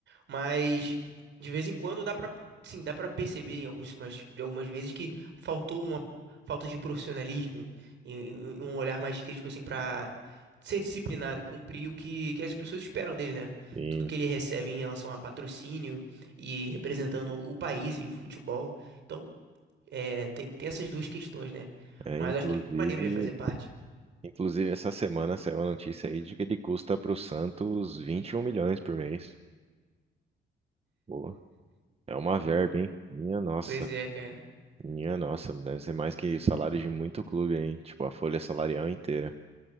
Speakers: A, on the right (about 65°); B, on the right (about 30°).
A: mas de vez em quando dá pra, sim, dá pra perceber em algumas, de algumas vezes que faltou uma falta de profissionalismo e- e um olhar mais crítico assim pra ser disciplinado, cumprir o que, que as pessoas esperam dele, né?
B: Sim,
A: Tudo que ele recebe em relação a patrocínio e representando o país e o futebol. Então, é, tem, tem essas duas questões, né?
B: É,
A: Mas
B: inclusive,
A: acho que é maneiro ele fazer parte.
B: inclusive essa semana saiu a notícia aí de que ele custa para o Santos 21 milhões por mês. Pô, é uma verba, hein? Minha nossa,
A: Pois é, cara.
B: minha nossa, deve ser mais que salário de muito clube, hein? Tipo, a folha salarial inteira.